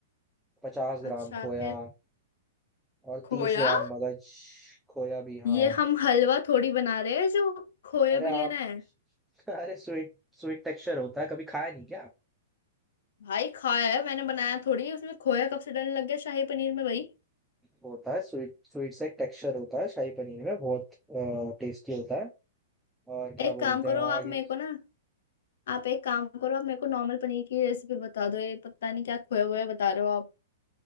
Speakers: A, in the centre; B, on the left.
A: पचास ग्राम
B: अच्छा
A: खोया
B: फिर
A: और
B: खोया
A: तीस ग्राम मगज खोया भी हाँ
B: ये हम हलवा थोड़ी बना रहे हैं जो खोया
A: अरे
B: भी
A: आप
B: लेना है
A: <laughs> अरे स्वीट स्वीट टेक्सचर होता है कभी खाया नहीं क्या
B: भाई खाया है मैंने बनाया थोड़ी उसमें खोया कब से डलने लग गया शाही पनीर में भाई
A: वो होता है स्वीट स्वीट सा एक टेक्सचर होता है शाही पनीर में बहुत टेस्टी होता है और क्या
B: एक काम
A: बोलते
B: करो
A: हैं आगे
B: आप मेरे को ना आप एक काम करो आप मेरे को नॉर्मल पनीर की रेसिपी बता दो ये पता नहीं क्या खोया हुआ बता रहे हो आप